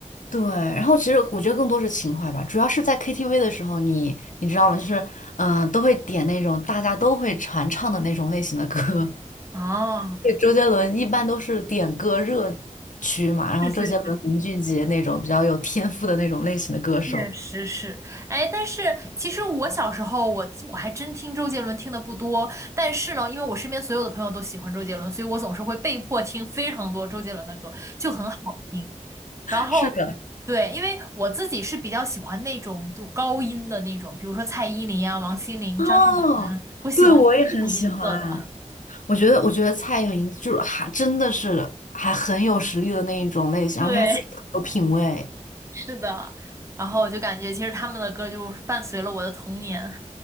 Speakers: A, on the left (about 80°); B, on the right (about 20°).
A: 对，然后其实我觉得更多是情怀吧，主要是在 KTV 的时候你，你知道吗？就是嗯、呃都会点那种大家都会传唱的那种类型的歌。
B: 哦，
A: 对，周杰伦一般都是点歌热区嘛，然后周杰伦、
B: 是是是，
A: 林俊杰那种比较有天赋的那种类型的歌手。
B: 确实是。哎，但是其实我小时候我我还真听周杰伦听的不多，但是呢，因为我身边所有的朋友都喜欢周杰伦，所以我总是会被迫听非常多周杰伦的歌，就很好听。然后，
A: 是的，
B: 对，因为我自己是比较喜欢那种就高音的那种，比如说蔡依林啊、王心凌、
A: 哦，
B: 张韶涵，我喜欢那种音色的。
A: 对，我也很喜欢。我觉得，我觉得蔡依林就是还真的是还很有实力的那一种类型，
B: 对，
A: 然后她自己很有品味。
B: 是的。然后我就感觉其实他们的歌就是伴随了我的童年。